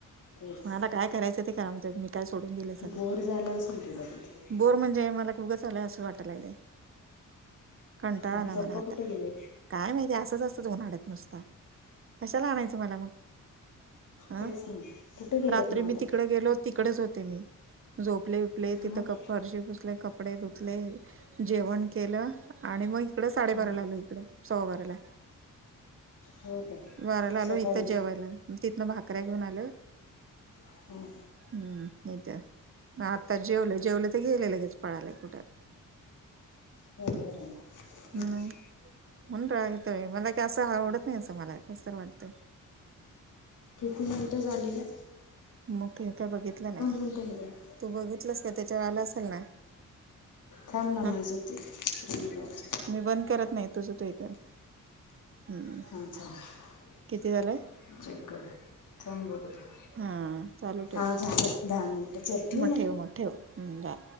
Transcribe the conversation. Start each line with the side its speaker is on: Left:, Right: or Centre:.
Left: तेच
Right: कोणाला काय करायचं ते करा म्हणत्यात मग काय सोडून दिलंय सगळं
Left: बोर झाला असेल तुला तिथे
Right: बोर म्हणजे मला उगंच आलोय असं वाटाय लागलंय कंटाळा
Left: आणि
Right: आलाय
Left: पप्पा
Right: मला आता
Left: कुठे गेलेत
Right: काय माहिती असंच असतं उन्हाळ्यात नुसत तर कशाला आणायचं मला मग हं
Left: तेच ना कुठे गेलेत
Right: रात्री
Left: मग आता
Right: मी तिकडे गेलो तिकडेच हो ते मी झोपले उठले तिथं
Left: मग
Right: गप्प फरशी फुसले गप्प कपडे धुतले जेवण केलं आणि मग इकड साडेबाराला
Left: हां
Right: आलो इकडं सव्वा बाराला
Left: हो काय
Right: बाराला
Left: सकाळी
Right: आलो इथं जेवायला मग तिथनं भाकऱ्या घेऊन आलो
Left: हां
Right: हम्म होय काय म आत्ता जेवलो जेवले ते गेले लगेच पळालेत कुठं
Left: व्हय खरं ह
Right: नाही
Left: ह
Right: म्हणून राग येतोय मला ते असं आवडत नाही असं मला कसतर वाटतय
Left: किती मिनटं झाली ग
Right: मी आता काय बघितलं नाही
Left: मिनटं हे द्या
Right: तू बघितलंस ते त्याच्यावर आलं असेल ना
Left: थांब ना
Right: हा
Left: माझी ते स्क्रीन लावते
Right: मी बंद करत नाही तुझं तू हे कर हम्म
Left: हा थांब
Right: किती झालंय
Left: चेक कर थांब बघू दे
Right: हा चालू ठेव
Left: हां झालं दहा मिनटं चल ठेवू
Right: मग ठेव मग ठेव हम् गा